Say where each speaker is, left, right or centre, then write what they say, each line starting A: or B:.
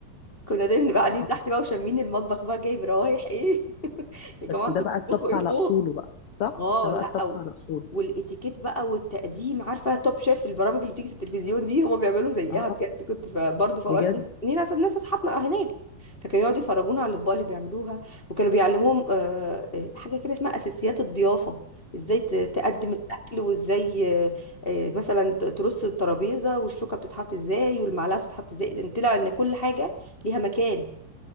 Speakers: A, on the left; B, on the left.
A: كنا دايما نبقى قاعدين
B: اه
A: تحت
B: آه.
A: بقى وشامين المطبخ بقى جايب روايح ايه <laughs> يا جماعه
B: بس
A: انتوا
B: ده بقى
A: بتطبخوا
B: الطبخ
A: ايه
B: على
A: فوق
B: اصوله بقى صح
A: اه
B: ده بقى
A: لا
B: الطبخ
A: أو
B: على اصوله
A: والاتيكيت بقى والتقديم عارفه توب شيف البرامج اللي بتيجي في التلفزيون دي هما بيعملوا زيها
B: اه
A: بجد كنت ف- برضه في اوقات
B: بجد
A: لينا ناس ناس اصحابنا هناك فكانوا يقعدوا يفرجونا على الاطباق اللي بيعملوها وكانوا بيعلموهم آه، آه، حاجه كده اسمها اساسيات الضيافه ازاي ت- تقدم الاكل وازاي آه، آه، مثلا ت- ترص الترابيزه والشوكه بتتحط ازاي والمعلقه بتتحط ازاي لان طلع ان كل حاجه ليها مكان